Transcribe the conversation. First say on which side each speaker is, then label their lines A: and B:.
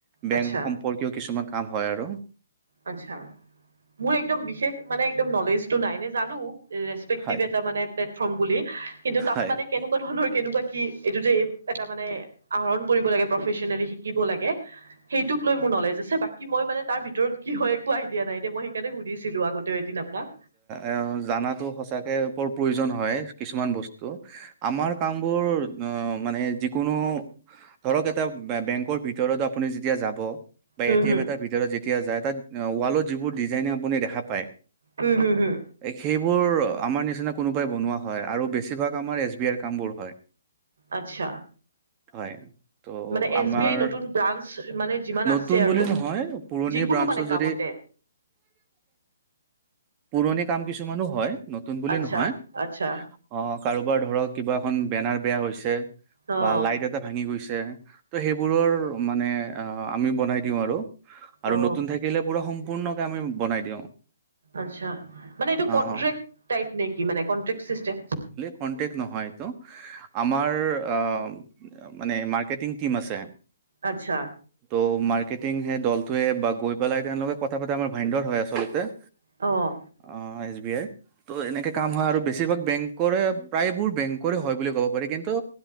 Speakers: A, on the right; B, on the right.
A: বেংক
B: আচ্ছা
A: সম্পৰ্কীয় কিছুমান কাম হয় আৰু।
B: আচছা, মুৰ একদম বিশেষ মানে একদম নলেজটো নাই এনে জানো ৰেচপেক্টিভ
A: হয়
B: এটা মানে প্লেটফৰ্ম বুলি কিন্তু তাত
A: হয়
B: মানে কেনো ক'ত ধৰণৰ কেনেকুৱা কি এইটো যে এটা মানে আহৰণ কৰিব লাগে প্ৰফেচনেলি শিকিব লাগে, সেইটোক লৈ মোৰ নলেজ আছে বাকী মই মানে তাৰ ভিতৰত কি হয় একো আইদিয় নাইতিয়া মই সেইকাৰণে সুধিছিলো আগতে এদিন আপোনাক।
A: এই অ জানাতো সঁচাকৈ বৰ প্ৰয়োজন হয় কিছুমান বস্তু। আমাৰ কাম বোৰ অ মানে যিকোনো ধৰক এটা বেংকৰ ভিতৰত আপুনি যেতিয়া যাব। বা
B: হুম
A: এ টি
B: হুম
A: এম এটাৰ ভিতৰত যেতিয়া যায় তাত ৱালত যিবোৰ ডিজাইনিং আপুনি দেখা পাই।
B: হুম হুম হুম।
A: সেইবোৰ আমাৰ নিচিনা কোনোবাই বনোৱা হয় আৰু বেছিভাগ আমাৰ এছ বি আৰ কাম বোৰ হয়। <inaudible>
B: আচ্ছা।
A: হয়। ত'
B: মানে এছ
A: আমাৰ
B: বি আই নতুন ব্ৰাঞ্চ মানে যিমান
A: নতুন
B: আছে আৰু
A: বুলি নহয়। পুৰণি
B: যিকোনো
A: ব্ৰাঞ্চো
B: মানে কামতে
A: যদি পুৰণি কাম কিছুমানো হয় নতুন বুলি
B: আচ্ছা
A: নহয়।
B: আচ্ছা
A: অ' কাৰোবাৰ ধৰক কিবা এখন বেনাৰ বেয়া হৈছে,
B: অ
A: বা লাইট এ এটা ভাঙি গৈছে ত' সেইবোৰৰ মানে আমি বনাই দিওঁ আৰু। আৰু
B: অ
A: নতুন থাকিলে পুৰা সম্পূৰ্ণকে আমি বনাই দিওঁ।
B: আচ্ছা, মানে এইটো
A: অ
B: কনট্ৰেক্ট
A: অ
B: তাইপ নেকি মানে কনট্ৰেক্ট চিষ্টেম।
A: কণ্ট্ৰেক নহয়, এইতো আমাৰ আ ম মানে মাৰ্কেটিং টিম আছে।
B: আচ্ছা।
A: ত' মাৰ্কেটিং সেই দলটোৱে বা গৈ পেলাই তেওঁলোকে কথা পাতে আমাৰ ভাইনডৰ হয় আচলতে।
B: অঁ।
A: অঁ এছ বি আই। ত' এনেকে কাম হয় আৰু বেছিভাগ বেংকৰে প্ৰায়বোৰ বেংকৰে হয় বুলি ক'ব পাৰি। কিন্তু